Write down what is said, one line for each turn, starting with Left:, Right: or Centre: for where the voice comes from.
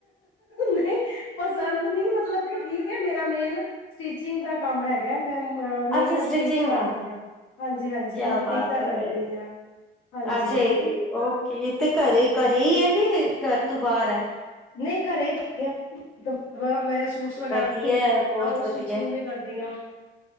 Left: ਨਹੀਂ ਪਸੰਦ ਨਹੀਂ ਏ ਮਤਲਬ ਕਿ ਠੀਕ ਹੈ ਮੇਰਾ ਮੇਨ ਸਟਿਚਿੰਗ ਦਾ ਕੰਮ ਹੈਗਾ, ਮੈਂਮ। ਅ ਮੇਨ
Centre: ਅੱਛਾ
Left: ਮੈਂ ਬੁਟੀਕ
Centre: ਸਟਿਚਿੰਗ
Left: ਚਲਾਉਂਦੀ
Centre: ਦਾ
Left: ਹਾਂ। ਹਾਂਜੀ-ਹਾਂਜੀ
Centre: ਕਿਆ
Left: ਮੈਂ ਬੁਟੀਕ
Centre: ਬਾਤ
Left: ਦਾ
Centre: ਹੈ
Left: ਕਰਦੀ
Centre: ਵੈਰੀ
Left: ਹਾਂ। ਹਾਂਜੀ
Centre: ਅੱਛਾ ਓਕੇ ਤੇ ਘਰੇ- ਘਰੇ ਹੀ ਹੈ, ਕਿ ਘਰ ਤੋ ਬਾਹਰ ਹੈ?
Left: ਨਹੀਂ ਘਰੇ ਈ ਕਰਦੀ ਆ ਮੇਰੇ ਸੂਟਸ ਵਗੈਰਾਆਂ
Centre: ਵਧੀਆ ਬਹੁਤ
Left: ਔਰ
Centre: ਵਧੀਆ
Left: ਸਟਿਚਿੰਗ ਵੀ ਕਰਦੀਆਂ।